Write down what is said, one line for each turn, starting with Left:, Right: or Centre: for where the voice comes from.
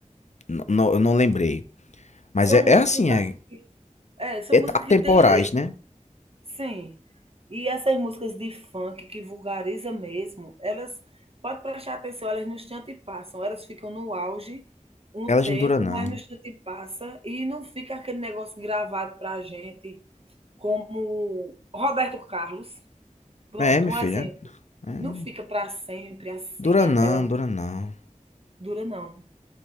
Left: n- não- eu não lembrei. Mas
Right: São
Left: é,
Right: músicas
Left: é assim,
Right: assim
Left: é,
Right: é, são
Left: é atemporais,
Right: músicas que têm letra.
Left: né?
Right: Sim. E essas músicas de funk que vulgariza mesmo, elas pode prestar atenção, elas no instante passam, elas ficam no auge um
Left: Elas
Right: tempo,
Left: não duram, não.
Right: mas no instante passa e não fica aquele negócio gravado pra gente, como Roberto Carlos. Pronto,
Left: É, meu
Right: um
Left: filho,
Right: exemplo.
Left: é.
Right: Não fica pra sempre assim,
Left: Dura
Right: aquela
Left: não, dura não.
Right: dura não.